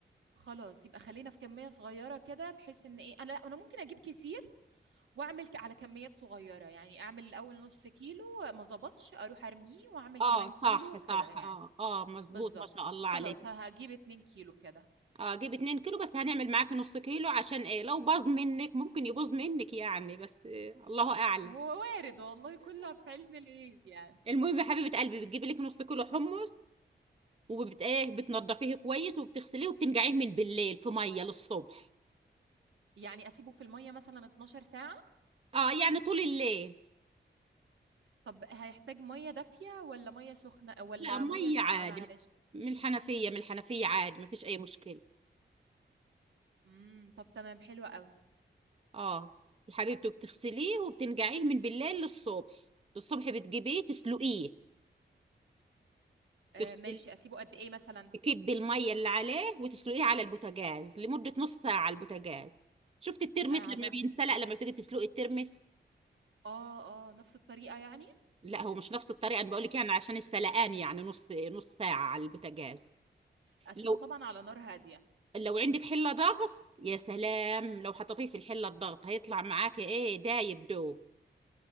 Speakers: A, on the right (about 80°); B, on the right (about 30°).
A: خلاص يبقى خلينا في كميه صغيره كده بحيث ان ايه انا لا انا ممكن اجيب كتير واعمل ك- على كميات صغيره يعني اعمل الاول نص كيلو ما ظبطش اروح ارميه واعمل
B: اه
A: كمان
B: صح
A: كيلو كده
B: صح
A: يعني
B: اه اه مظبوط
A: بالظبط
B: ما شاء الله
A: خلاص
B: عليك
A: ه- هجيب اتنين كيلو كده
B: اه جيب اتنين كيلو بس هنعمل معاك نص كيلو عشان ايه لو باظ منك ممكن يبوظ منك يعني بس آه الله اعلم
A: هو وارد والله كله في علم الغيب يعني
B: المهم يا حبيبة قلبي بتجيبي لك نص كيلو حمص وبت ايه بتنضفيه كويس وبتغسليه وبتنقعيه من بالليل في مية للصبح
A: يعني اسيبه في الميه مثلا 12 ساعه
B: اه يعني طول الليل
A: طب هيحتاج ميه دافيه ولا ميه سخنه ولا
B: لا مية
A: ميه ساقعه
B: عادي
A: معلش
B: من الحنفية من الحنفية عادي ما فيش اي مشكلة
A: امم طب تمام حلو قوي
B: اه يا حبيبتي بتغسليه وبتنقعيه من بالليل للصبح الصبح بتجيبيه تسلقيه
A: آه
B: تغسل
A: ماشي اسيبه قد ايه مثلا
B: تكبي الميه اللي عليه وتسلقيه على البوتاجاز لمده نص ساعه على البوتاجاز شفت الترمس
A: آه على
B: لما بينسلق لما بتيجي تسلقي الترمس
A: اه اه نفس الطريقه يعني
B: لا هو مش نفس الطريقه انا بقول لك يعني عشان السلقان يعني نص نص ساعه على البوتاجاز
A: اسيبه
B: لو
A: طبعا على نار هاديه
B: لو عندك حله ضغط يا سلام لو حطيتيه في الحله الضغط هيطلع معاكي ايه دايب دوب